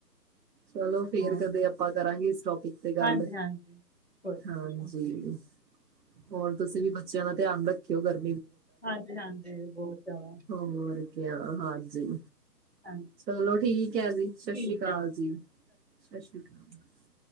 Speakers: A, on the right; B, on the left.
A: ਚਲੋ ਫੇਰ
B: ਹੋਰ
A: ਕਦੇ ਆਪਾਂ ਕਰਾਂਗੇ ਇਸ ਟੋਪਿਕ ਤੇ ਗੱਲ
B: ਹਾਂਜੀ ਹਾਂਜੀ ਕੋਈ
A: ਹਾਂਜੀ
B: ਨੀ ਓਕੇ
A: ਹੋਰ ਤੁਸੀਂ ਵੀ ਬੱਚਿਆਂ ਦਾ ਧਿਆਨ ਰੱਖਿਓ ਘਰ
B: ਹਾਂਜੀ- ਹਾਂਜੀ ਬਹੁਤ ਜ਼ਿਆਦਾ
A: ਹੋਰ ਹਾਂਜੀ।
B: ਹਾਂਜੀ
A: ਚਲੋ ਠੀਕ ਹੈ ਜੀ, ਸਤਿ
B: ਠੀਕ
A: ਸ਼੍ਰੀ ਅਕਾਲ
B: ਆ
A: ਜੀ। ਸਤਿ ਸ਼੍ਰੀ ਅਕਾਲ।